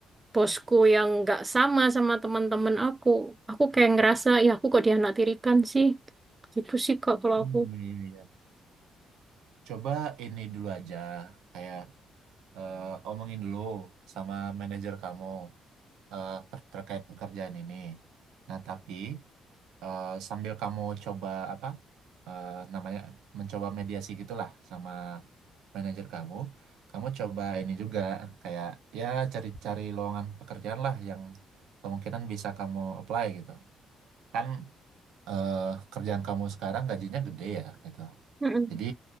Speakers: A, on the right; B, on the right.
A: bosku yang nggak sama sama teman-teman aku, aku kayak ngerasa ya aku kok dianak tirikan sih. Gitu sih kak kalau
B: Hmm,
A: aku.
B: iya, iya, iya. Coba ini dulu aja, kayak eh, omongin dulu sama manajer kamu eh, ter- terkait pekerjaan ini. Nah, tapi eh, sambil kamu coba apa eh, namanya mencoba mediasi gitulah sama manajer kamu, kamu coba ini juga kayak ya cari-cari lowongan pekerjaan lah yang kemungkinan bisa kamu apply gitu. Kan eh, kerjaan kamu sekarang gajinya gede ya gitu.
A: Mm-mm.
B: Jadi